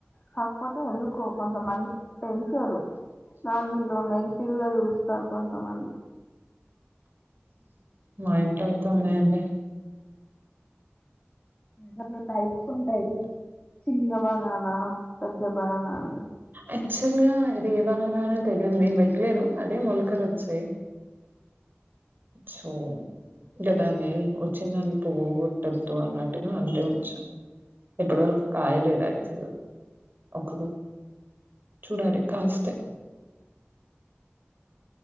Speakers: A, on the left; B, on the right.
A: కాకపోతే ఎందుకో కొంతమంది పెంచరు నన్ను ఉన్నగి టివ్ గా చూస్తారు కొంతమంది
B: మా ఇంట్లో అయితే ఉన్నాయండి
A: దాంట్ల టైప్స్ ఉంటాయి చిన్న బనానా పెద్ద బనానా అని
B: యాక్చువల్ గా ఇది ఏ బనానానో తెలియదు మేము వెట్టలేదు అదే మొలికలు వచ్చాయి సో ఇంకా దాన్ని వచ్చిన దాన్ని పోగగొట్టద్దు అన్నట్టుగా అంటే ఉంచాం ఇప్పటి వరకు కాయలేదు యాక్చువల్ ఒక్క చూడాలి కాస్తే